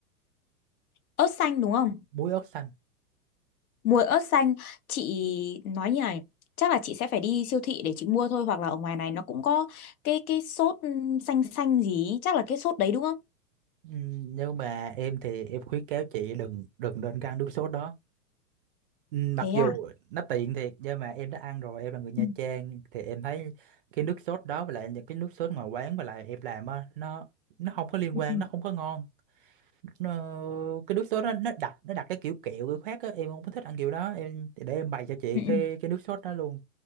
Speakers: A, on the left; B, on the right.
A: ớt xanh đúng không
B: muối ớt xanh
A: Mua ớt xanh, chị nói như này, chắc là chị sẽ phải đi siêu thị để chị mua thôi hoặc là ở ngoài này nó cũng có cái cái sốt ừm, xanh xanh gì, ý. chắc là cái sốt đấy đúng không?
B: Ừ, nếu mà em thì em khuyến cáo chị đừng đừng nên ăn nước sốt đó Ừ,
A: Thế
B: mặc dù
A: à?
B: nó tiện thiệt nhưng mà em đã ăn rồi em là người Nha
A: Ừ,
B: Trang thì em thấy cái nước sốt đó với lại những cái nước sốt ngoài quán với lại em làm á nó nó không có liên
A: ừ,
B: quan
A: ừ,
B: nó không có ngon nó, cái nước sốt nó nó đặc nó đặc cái kiểu kẹo kiểu khác á em không có thích ăn kiểu đó em để em bày cho chị
A: ừ,
B: cái
A: ừ.
B: cái nước sốt đó luôn